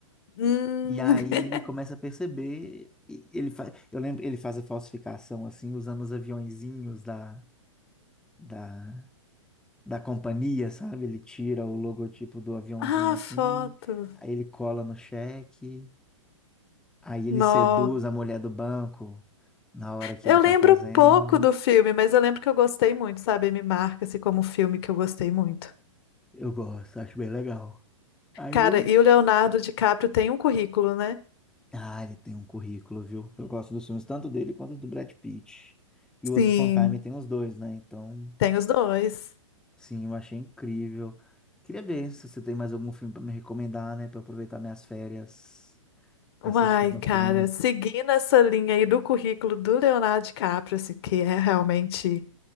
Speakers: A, on the left (about 50°); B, in the centre.
A: <laughs>
B: E aí ele começa a perceber, e ele faz, eu lembro, ele faz a falsificação assim, usando os aviõezinhos da, da, da companhia, sabe? Ele tira o logotipo do aviãozinho
A: Ah,
B: assim,
A: foto.
B: aí ele cola no cheque, aí ele
A: Nó.
B: seduz a mulher do banco na hora que
A: Eu
B: ele tá
A: lembro
B: fazendo.
A: pouco do filme, mas eu lembro que eu gostei muito, sabe? Me marca-se como um filme que eu gostei muito.
B: Eu gosto, acho bem legal. Aí
A: Cara,
B: eu,
A: e o Leonardo DiCaprio tem um currículo, né?
B: ah, ele tem um currículo, viu? Eu gosto dos filmes tanto dele quanto do Brad Pitt. E o
A: Sim,
B: Once Upon a Time tem os dois, né? Então
A: tem os dois.
B: Sim, eu achei incrível. Queria ver se você tem mais algum filme para me recomendar, né? Para aproveitar minhas férias assistindo
A: Uai,
B: o filme.
A: cara, seguindo essa linha aí do currículo do Leonardo DiCaprio, assim, que é realmente